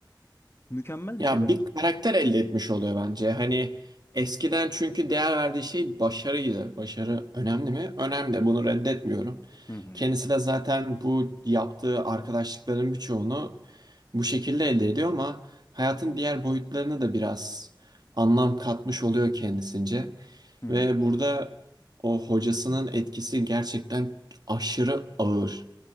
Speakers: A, on the left (about 30°); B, on the right (about 55°).
A: Mükemmel bir
B: Ya
A: şey bence
B: bir
A: bu.
B: karakter elde etmiş oluyor bence. Hani eskiden çünkü değer verdiği şey başarıydı. Başarı önemli mi? Önemli. Bunu reddetmiyorum.
A: Hı hı.
B: Kendisi de zaten bu yaptığı arkadaşlıkların birçoğunu bu şekilde elde ediyor ama hayatın diğer boyutlarına da biraz anlam katmış oluyor kendisince.
A: Hı hı.
B: Ve burada o hocasının etkisi gerçekten aşırı ağır.